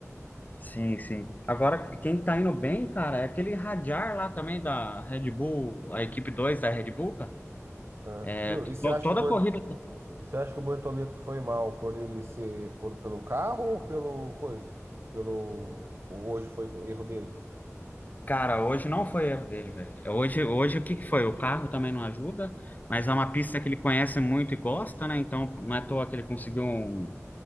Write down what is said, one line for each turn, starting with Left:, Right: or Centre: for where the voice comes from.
Left: Sim, sim. Agora, quem tá indo bem, cara, é aquele Radjar lá também da Red Bull, a equipe 2 da Red Bull, cara.
Right: Ah,
Left: É,
Right: viu?
Left: to-
Right: E você
Left: to-
Right: acha
Left: toda
Right: que o Borto...
Left: corrida.
Right: e você acha que o Bortoleto foi mal por ele ser por, pelo carro ou pelo coisa? Pelo hoje foi o erro dele?
Left: Cara, hoje não foi erro dele, velho. É, Hoje, hoje o que que foi? O carro também não ajuda, mas
Right: Aham.
Left: é uma pista que ele conhece muito e gosta, né? Então, não é à toa que ele conseguiu um